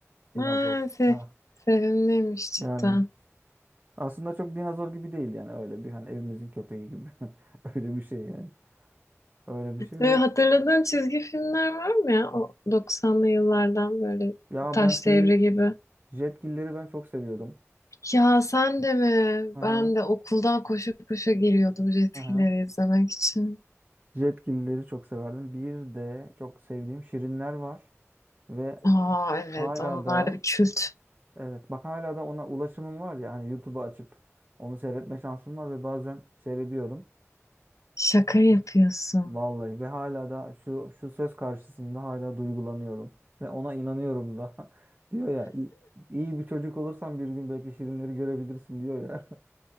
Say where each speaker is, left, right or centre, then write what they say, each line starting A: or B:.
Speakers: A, on the right; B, on the left.
A: Dinozor.
B: Ha, se
A: Ha.
B: sevimliymiş cidden.
A: Yani aslında çok dinozor gibi değil yani öyle bir hani evimizin köpeği gibi. <laughs> Öyle bir şey yani. Öyle bir şey
B: Böyle
A: ve
B: hatırladığın çizgi filmler var mı ya? O 90'lı yıllardan böyle
A: ya
B: Taş
A: ben şeyi
B: Devri gibi.
A: jetgilleri ben çok seviyordum.
B: Ya sen de mi?
A: Aha.
B: Ben de okuldan koşa koşa geliyordum Jetgilleri
A: Aha.
B: izlemek için.
A: Jetgilleri çok severdim. Bir de çok sevdiğim şirinler var ve
B: Aa evet
A: Hala
B: onlar
A: da
B: da bir kült.
A: Evet bak hala da ona ulaşımım var ya hani YouTube'u açıp onu seyretme şansım var ve bazen seyrediyorum.
B: Şaka yapıyorsun.
A: Vallahi ve hala da şu şu söz karşısında hala duygulanıyorum ve ona inanıyorum da. <laughs> Diyor ya iyi, iyi bir çocuk olursan bir gün belki şirinleri görebilirsin diyor ya.